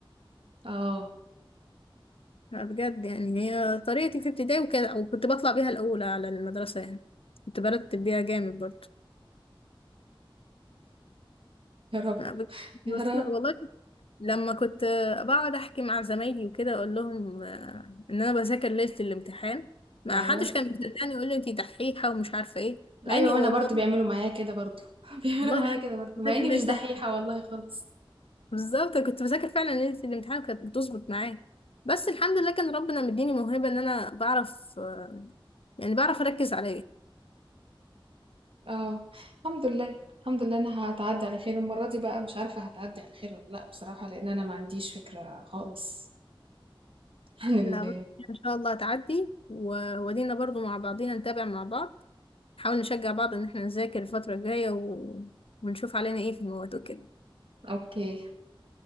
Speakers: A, on the right (about 75°); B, on the left (about 85°).
A: اه
B: لا بجد يعني هي طريقتي في ابتدائي وكده وكنت بطلع بيها الأولى على المدرسة يعني كنت برتب بيها جامد برضه
A: يا رب
B: لا بجد
A: يا
B: بس
A: رب
B: لا والله لما كنت بقعد أحكي مع زمايلي وكده أقول لهم آه، إن أنا بذاكر ليلة الامتحان ما
A: ايوه
B: حدش كان مصدقني يقول لي أنتي دحيحة ومش عارفة إيه مع
A: ايوه
B: إني
A: وانا
B: والله
A: برضو بيعملوا معايا كده برضو <laughs> بيعملوا
B: والله
A: معايا
B: أنا
A: كده برضو
B: بذاكر
A: مع اني
B: ليلة
A: مش دحيحه
B: ال-
A: والله خالص
B: بالظبط أنا كنت بذاكر فعلا ليلة الامتحان وكانت بتظبط معايا بس الحمد لله كان ربنا مديني موهبة إن أنا بعرف آه، يعني بعرف أركز عليا
A: اه الحمد لله الحمد لله انا هتعدي على خير المره دي بقى مش عارفه هتعدي على خير ولا لا بصراحه لان انا ما عنديش فكره خالص عن ال
B: لا بس ان شاء الله هتعدي و- وادينا برضو مع بعضينا نتابع مع بعض نحاول نشجع بعض ان احنا نذاكر الفترة الجاية و... ونشوف علينا ايه في المواد وكده
A: اوكي